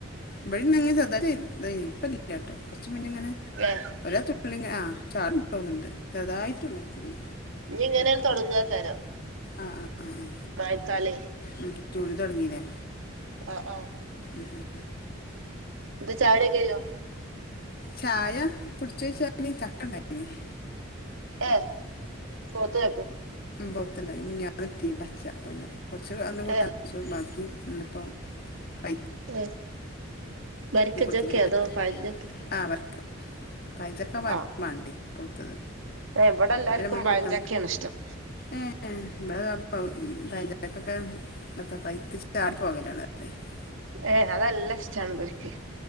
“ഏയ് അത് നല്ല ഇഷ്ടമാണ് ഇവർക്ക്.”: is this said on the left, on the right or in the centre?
Right